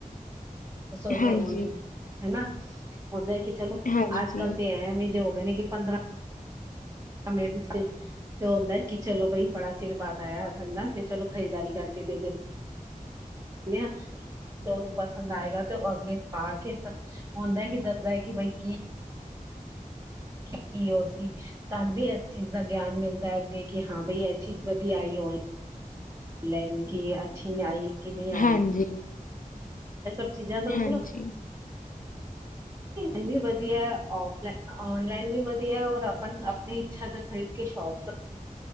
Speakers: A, on the right (about 20°); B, on the left (about 70°).
A: ਤੇ ਸੋਚਦੇ
B: ਹਾਂਜੀ।
A: ਹੋਣਗੇ ਹਨਾ ਹੁੰਦਾ ਕਿ ਚਲੋ
B: ਹਾਂਜੀ।
A: ਅੱਜ-ਕੱਲ੍ਹ ਤੇ ਐਵੇਂ ਜੋੇ ਮਹੀਨੇ ਕਿ ਪੰਦਰਾਂਹ ਹਮੇਡੀ <unintelligible> ਤੇ ਹੁੰਦਾ ਕੀ, ਚਲੋ ਬਈ ਬੜਾ ਚਿਰ ਬਾਦ ਆਇਆ ਬੰਦਾ, ਤੇ ਚਲੋ ਖਰੀਦਦਾਰੀ ਕਰਕੇ ਦੇ ਦੇਣੇ। <inaudible> ਤੇ ਉਹਨੂੰ ਪਸੰਦ ਆਏਗਾ। ਤੇ ਉਹ ਅੱਗੇ ਪਾ ਕੇ ਸ ਹੁੰਦਾ ਹੈ ਕਿ ਦੱਸਦਾ ਹੈ ਕਿ ਬਈ ਕੀ ਕੀ-ਕੀ ਉਹ ਸੀ। ਸਾਨੂੰ ਵੀ ਇਸ ਚੀਜ਼ ਦਾ ਗਿਆਨ ਮਿਲਦਾ ਏ। ਅੱਗੇ, ਕਿ ਹਾਂ ਬਈ ਇਹ ਚੀਜ਼ ਵਧੀਆ ਆਈ ਰੋਈ ਜਿਵੇਂ ਕਿ ਅੱਛੀ ਆਈ, ਕਿਵੇਂ ਆਈ।
B: ਹਾਂਜੀ,
A: ਇਹ ਸਭ ਚੀਜ਼ਾਂ ਦਾ
B: ਹਾਂਜੀ,
A: ਥੋੜਾ ਇਨੀ ਵਧੀਆ ਓਫਲੈਨ ਔਨਲਾਈਨ ਵੀ ਵਧੀਆ ਔਰ ਆਪਣ ਨਹੀਂ ਇੱਛਾ ਤਾਂ, ਖ਼ਰੀਦ ਕੇ ਸ਼ੋਪ ਤੋਂ